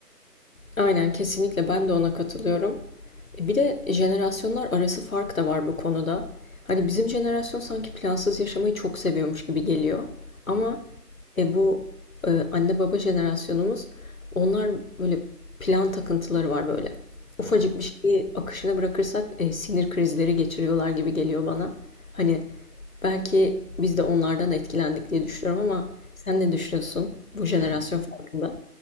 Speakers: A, on the left; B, on the right.
A: Aynen, kesinlikle ben de ona katılıyorum. E, Bir de jenerasyonlar arası fark da var bu konuda. Hani bizim jenerasyon sanki plansız yaşamayı çok seviyormuş gibi geliyor.
B: Hı
A: Ama
B: hı.
A: e, bu e, anne baba jenerasyonumuz onlar böyle plan takıntıları var böyle. Ufacık
B: Evet.
A: bir şeyi akışına bırakırsak e, sinir krizleri geçiriyorlar gibi geliyor bana. Hani belki biz de onlardan etkilendik diye düşünüyorum ama sen ne düşünüyorsun bu jenerasyon
B: <laughs>
A: farkında?